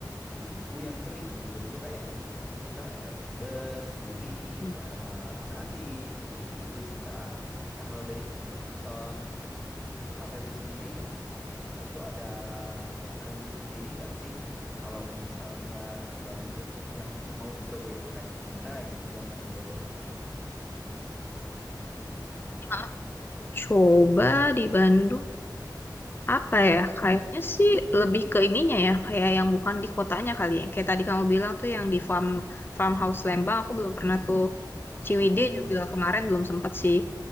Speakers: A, in the centre; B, on the left.
A: bumbu yang kering. Bumbu kering tuh kayak yang bubuk gitu, Kak, yang kayak pedes, gurih,
B: Hmm.
A: ma- eh, asin, gitu-gitu sih, Kak. Nah, kalau dari eh, Kak Febri sendiri nih, eh, itu ada preferensi sendiri nggak sih kalau misalnya di Bandung tuh yang mau dicobain tuh kayak gimana gitu, yang belum dicoba mungkin.
B: Aku coba di Bandung Apa ya? Kayaknya sih lebih ke ininya ya, kayak yang bukan di kotanya kali ya. Yang Kayak tadi kamu bilang tuh yang di farm farmhouse Lembang, aku belum pernah tuh. Ciwidey
A: Mm-mm.
B: juga kemarin belum sempat sih.